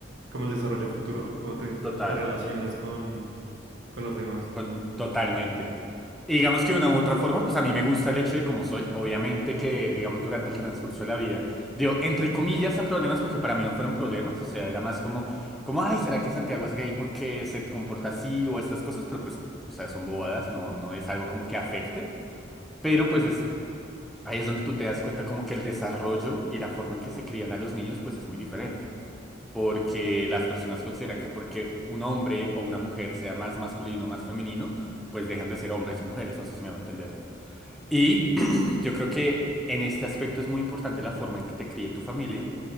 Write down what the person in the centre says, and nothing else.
Total.
Con, totalmente. Y digamos que de una u otra forma, pues a mí me gusta el hecho de cómo soy. Obviamente que, digamos, durante el transcurso de la vida, digo, entre comillas a problemas, porque para mí no fueron problemas. O sea, era más como, como, ay, ¿será que Santiago es gay porque se comporta así o estas cosas? Pero pues, o sea, son bobadas, no, no es algo como que afecte. Pero pues es, ahí es donde tú te das cuenta como que el desarrollo y la forma en que se crían a los niños, pues es muy diferente. porque las personas consideran que porque un hombre o una mujer sea más masculino o más femenino, pues dejan de ser hombres o mujeres, no sé si me va a entender. Y <clears throat> yo creo que en este aspecto es muy importante la forma en que te críe tu familia,